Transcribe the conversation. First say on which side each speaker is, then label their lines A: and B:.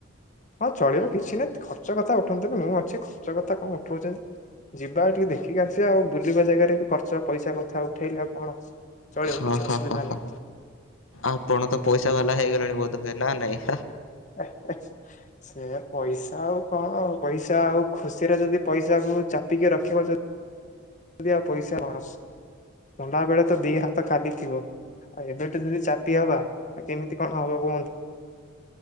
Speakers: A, on the left (about 35°); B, on the left (about 80°).
A: ହଁ ଚଳିବ କିଛି ନାଇଁ ଖର୍ଚ୍ଚ କଥା ଉଠନ୍ତୁନି ମୁଁ ଅଛି ଖର୍ଚ୍ଚ କଥା କଁ ଉଠଉଚନ୍ତି। ଯିବା ଟିକେ ଦେଖିକି ଆସିବା ଆଉ ବୁଲିବା ଜାଗାରେ ଯଦି ବି ଖର୍ଚ୍ଚ ପଇସା କଥା ଉଠେଇଲେ ଆଉ କଣ। ଚଳିବ
B: ହ-ହ-ହ-ହ
A: କିଛି ଅସୁବିଧା ନାହିଁ।
B: ଆପଣ ତ ପଇସା ବାଲା ହେଇଗଲେଣି ବୋଧ୍ ହୁଏ ନା ନାଇଁ?
A: <unintelligible> ସେ ପଇସା ଆଉ କଁ <unintelligible> ପଇସା ଆଉ ଖୁସିରେ ଯଦି ପଇସାକୁ ଚାପିକି ରଖିବ ଯ <unintelligible> ଆଉ ପଇସା କଣ ଗଲା ବେଳେ ତ ଦି ହାତ ଖାଲି ଥିବ।। ଆ ଏବେ ଠୁ ଯଦି ଚାପି ହବା ଆ କେମିତି କଣ ହବ କୁହନ୍ତୁ?